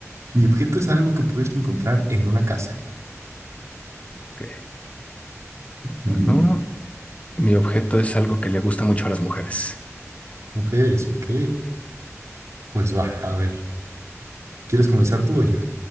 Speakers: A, on the right; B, on the left.
A: Mi objeto es algo que puedes encontrar en una casa.
B: Ok, Bueno,
A: Mm,
B: mi objeto es algo que le gusta mucho a las mujeres.
A: Mujeres, ok. Pues va, a ver. ¿Quieres comenzar tú o yo?